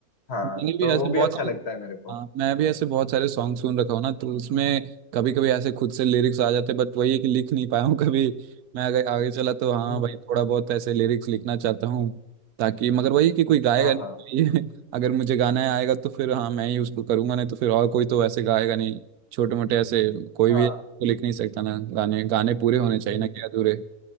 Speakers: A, on the left; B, on the right.
A: हाँ
B: मैंने भी
A: तो
B: ऐसे
A: वो भी
B: बहुत
A: अच्छा
B: सारे
A: लगता है मेरे को
B: हाँ मैं भी ऐसे बहुत सारे सॉन्ग सुन रखा हूँ ना तो उसमें कभी कभी ऐसे खुद से लिरिक्स आ जाते बट वही है कि लिख नहीं पाया हूँ कभी मैं अगर आगे चला तो हाँ
A: हम्म
B: भाई थोड़ा बहुत ऐसे लिरिक्स लिखना चाहता हूँ ताकि मगर वही कि कोई गाएगा
A: हाँ
B: नहीं
A: हाँ
B: <laughs> ये अगर मुझे गाना आएगा तो फिर हाँ मैं ही उसको करूंगा नहीं तो फिर और कोई तो ऐसे गाएगा नहीं छोटे मोटे ऐसे कोई
A: हाँ
B: भी तो लिख नहीं सकता ना गाने गाने पूरे होने चाहिए
A: हम्म,
B: ना कि अधूरे